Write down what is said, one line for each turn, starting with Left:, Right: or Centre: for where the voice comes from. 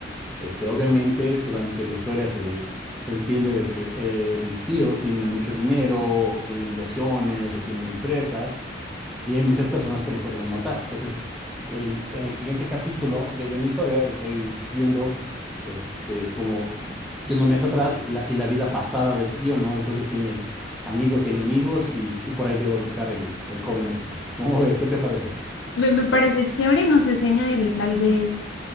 Centre: Este, obviamente durante la historia se, se entiende de que el tío tiene mucho dinero, o tiene inversiones o tiene empresas y hay muchas personas que lo pudieran matar. Entonces, el- en el siguiente capítulo de, de mi historia estoy viendo este como yéndome hacia atrás y la, y la vida pasada del tío, ¿no? Entonces tiene amigos y enemigos y, y por ahí debe buscar el, el joven este. ¿Cómo ves? ¿Qué te parece?
Left: Me, me parece chévere, no sé si añadirle tal vez